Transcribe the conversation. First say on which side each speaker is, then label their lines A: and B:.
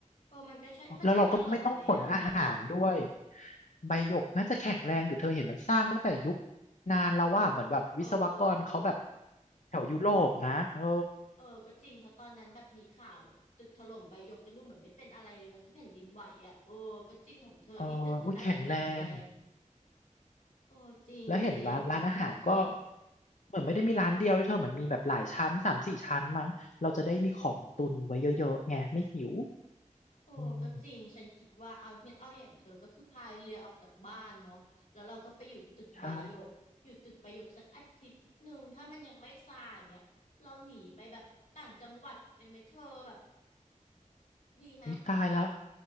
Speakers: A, on the left; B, on the left.
A: เออมันก็ใช่มันจะถล่มไหมอ่ะ
B: แล้วเราก็ไม่ต้องขนอาหารด้วยใบหยกน่าจะแข็งแรงอยู่เธอเห็นมันสร้างตั้งแต่ยุคนานแล้วว่าเหมือนแบบวิศวกรเขาแบบ
A: เออเออเออ
B: แถวยุโรปนะเออ
A: เออก็จริงเพราะตอนนั้นแบบมีข่าวแบบตึกถล่มใบหยกก็ดูเหมือนไม่เป็นอะไรเลยเนาะที่แผ่นดินไหวอ่ะโอ้ก็จริงของเธอที่ตึกมันน่าจะแข็งแรง
B: เอออุ้ยแข็งแรง
A: โอ้จริงจริง
B: แล้วเห็นร้านร้านอาหารก็เหมือนไม่ได้มีร้านเดียวด้วยเธอเหมือนมีแบบหลายชั้นสามสี่ชั้นมั้งเราจะได้มีของตุนไว้เยอะๆไงไม่หิว
A: โอ้ก็จริงฉันคิดว่าเอาเงี้ยเอาอย่างเธอก็คือพายเรือออกจากบ้านเนาะแล้วเราก็ไปอยู่ตึกใบหยกอยู่ตึกใบหยกสักอาทิตย์หนึ่งถ้ามันยังไม่ทรายเงี้ยเราหนีไปแบบต่างจังหวัดกันไหมเธอแบบ
B: อืมใช่
A: ดีไหม
B: วิตายแล้ว